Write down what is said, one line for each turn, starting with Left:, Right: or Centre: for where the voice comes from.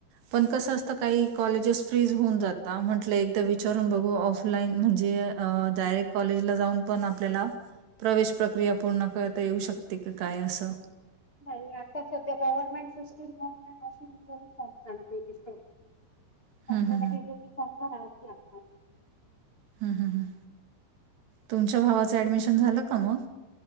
Right: पण कसं असतं काही कॉलेजेस फ्रीज होऊन जातात म्हंटलं एकदा विचारून बघू ऑफलाईन म्हणजे अ डायरेक्ट कॉलेज ला जाऊन पण आपल्याला प्रवेश प्रक्रिया पूर्ण करत. आता येऊ शकते की काय असं
Left: नाही आता सध्या पव्हमेंट सिस्टीम ऑनलाईन मशीन फम चालते दिस
Right: हं,
Left: आपल्याला
Right: हं, हं.
Left: हे ज मी कमपण आवते आपल्याला <inaudible>
Right: हम् ह ह तुमच्या भावाचं ऍडमिशन झालं का मग?